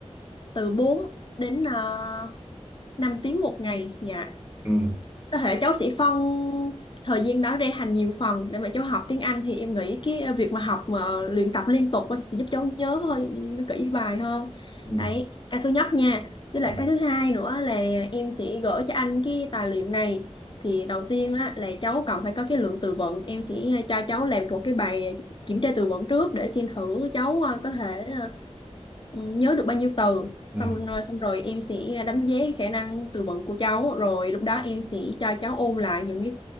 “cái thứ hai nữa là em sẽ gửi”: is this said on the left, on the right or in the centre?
Left